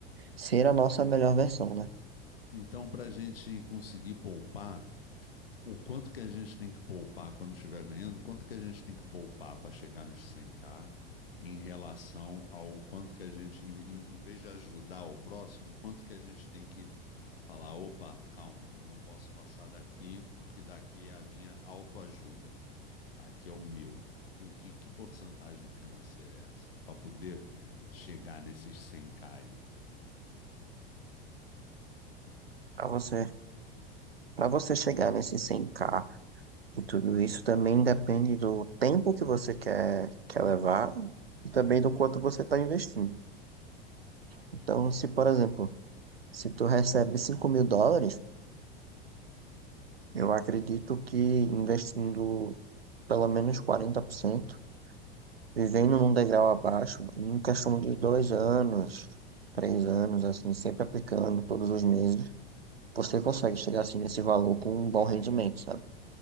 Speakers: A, on the right (about 85°); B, on the left (about 75°).
A: ser a nossa melhor versão, né?
B: Então, para a gente conseguir poupar o quanto que a gente tem que poupar quando estiver ganhando, quanto que a gente tem que poupar para chegar nos 100k em relação ao quanto que a gente, em, em- em vez de ajudar o próximo, quanto que a gente tem que falar, opa, calma, eu não posso passar daqui porque daqui é a minha autoajuda, aqui é o meu. Co- Que, que porcentagem financeira é essa? Para poder chegar nesses 100k aí.
A: Pra você, para você chegar nesse 100K e tudo isso também depende do tempo que você quer, quer levar e também do quanto você está investindo. Então, se, por exemplo, se tu recebe cinco mil dólares, Eu acredito que investindo pelo menos 40%, vivendo num degrau abaixo, em questão de dois anos, três anos, assim, sempre aplicando todos os meses, você consegue chegar assim nesse valor com um bom rendimento, sabe?